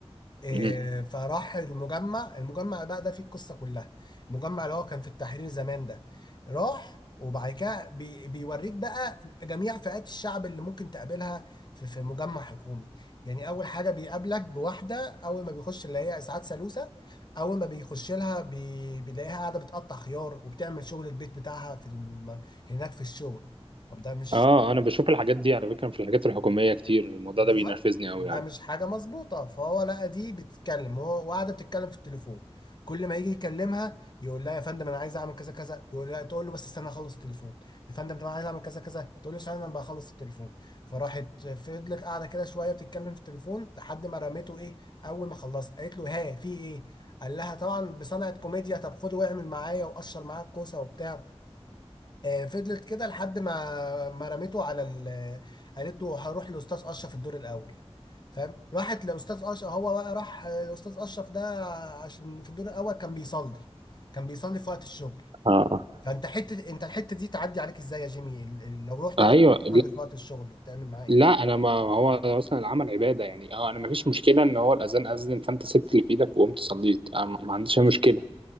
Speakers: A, on the left; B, on the right.
A: آه،
B: مم.
A: فراح المجمع المجمع بقى ده فيه القصة كلها المجمع اللي هو كان في التحرير زمان ده راح وبعد كده بي بيوريك بقى جميع فئات الشعب اللي ممكن تقابلها في في مجمع حكومي يعني أول حاجة بيقابلك بواحدة أول ما بيخش اللي هي إسعاد سالوسة أول ما بيخش لها بي بيلاقيها قاعدة بتقطع خيار وبتعمل شغل البيت بتاعها في الم... هناك في الشغل طب ده مش
B: اه انا بشوف الحاجات دي على فكره في الحاجات الحكوميه كتير الموضوع
A: بالظبط
B: ده بينرفزني قوي
A: ده
B: يعني
A: مش حاجة مظبوطة فهو لقى دي بتتكلم هو وقاعدة بتتكلم في التليفون كل ما يجي يكلمها يقول لها يا فندم انا عايز اعمل كذا كذا يقول لها تقول له بس استنى اخلص التليفون يا فندم طب انا عايز اعمل كذا كذا تقول له استنى انا بخلص التليفون فراحت فضلت قاعدة كده شوية بتتكلم في التليفون لحد ما رميته ايه اول ما خلصت قالت له ها في ايه قال لها طبعا بصنعة كوميديا طب خد واعمل معايا وقشر معايا الكوسة وبتاع آه، فضلت كده لحد ما ما رميته على ال قالت له هروح لاستاذ اشرف الدور الاول فاهم راحت لاستاذ اشرف هو بقى راح لاستاذ اشرف ده عشان في الدور الاول كان بيصلي كان بيصلي في وقت الشغل
B: اه
A: فانت حته انت الحته دي تعدي عليك ازاي يا جيمي ال- ال- لو رحت
B: ايوه
A: لقيت بتصلي
B: لا,
A: في وقت الشغل بتعمل معاه ايه
B: لا انا ما هو اصلا العمل عباده يعني اه انا ما فيش مشكله ان هو الاذان اذن فانت سبت اللي في ايدك وقمت صليت أنا ما عنديش اي مشكله